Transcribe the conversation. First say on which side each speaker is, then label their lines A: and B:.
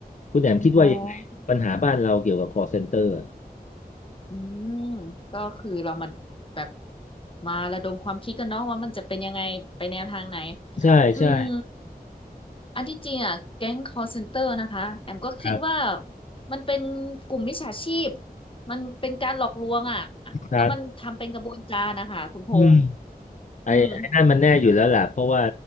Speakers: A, on the left; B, on the left.
A: คุณแอมคิดว่ายังไงปัญหาบ้านเราเกี่ยวกับ
B: อ๋อ
A: call center อะ
B: อืมก็คือเรามาแบบมาระดมความคิดกันเนาะว่ามันจะเป็นยังไงไปแนวทางไหน
A: ใช่ใช่
B: อืม อันที่จริงอ่ะแก๊ง call center นะคะแอมก็คิดว่า
A: ครับ
B: มันเป็นกลุ่มมิจฉาชีพ มันเป็นการหลอกลวงอ่ะ
A: ครับ
B: แล้วมันทำเป็นกระบวนการนะคะคุณพงษ์
A: อืมไอ้ไอ้นั่นมันแน่อยู่แล้วล่ะเพราะว่า
B: อืม